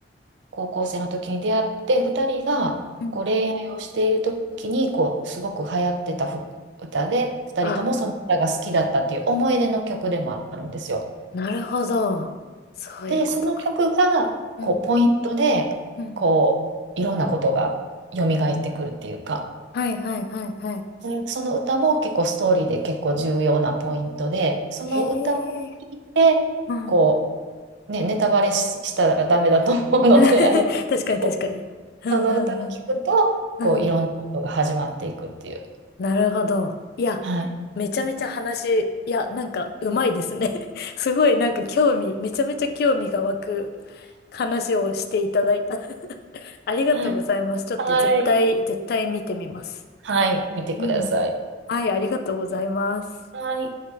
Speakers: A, on the right (about 80°); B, on the left (about 60°).
A: 高校生の時に出会って、2人がこう恋愛をしている時に、
B: うん。
A: こう、すごく流行ってたふ歌で、2人ともその歌が好きだったっていう思い出の曲でもあるんですよ。
B: あ、なるほど。そういうことか。
A: で、その曲が、
B: うん。
A: こう、ポイントで、
B: うん。
A: こう、いろんなことが蘇ってくるっていうか、
B: はいはいはいはい。
A: それその歌も結構ストーリーで結構重要なポイントで、その歌を聴いて、
B: へえ。うん。
A: こう、ね、ネタバレし、したらダメだと思うので、
B: <laughs>
A: <laughs> あれけど、
B: 確かに確かに。うんうん
A: その歌を聴くと、
B: うん。
A: こう、
B: うん。
A: いろんなことが始まっていくっていう。
B: なるほど。いや、
A: はい。
B: めちゃめちゃ話、いや、なんか、うまいですね。<laughs> すごいなんか興味、めちゃめちゃ興味が湧く話をしていただいた。<laughs> ありがとうございます。
A: はい。
B: ちょっと絶対、
A: はい。
B: 絶対見てみます。
A: はい見てください。
B: うん。はい、ありがとうございます。
A: はい。